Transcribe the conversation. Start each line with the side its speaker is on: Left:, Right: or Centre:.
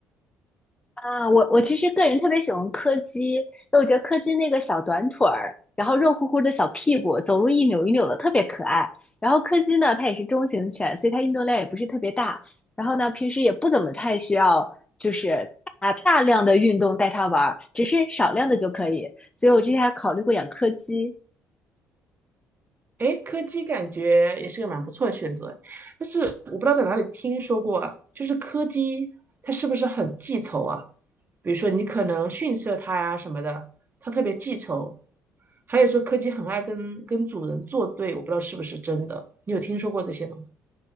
Left: 啊，我我其实个人特别喜欢柯基，因为我觉得柯基那个小短腿儿，然后肉乎乎的小屁股，走路一扭一扭的，特别可爱。然后柯基呢，它也是中型犬，所以它运动量也不是特别大。然后呢，平时也不怎么太需要，就是大大量的运动带它玩儿，只是少量的就可以。所以我之前还考虑过养柯基。
Right: 哎，柯基感觉也是个蛮不错的选择，但是我不知道在哪里听说过啊，就是柯基它是不是很记仇啊？比如说你可能训斥了它呀什么的，它特别记仇。还有说柯基很爱跟跟主人作对，我不知道是不是真的，你有听说过这些吗？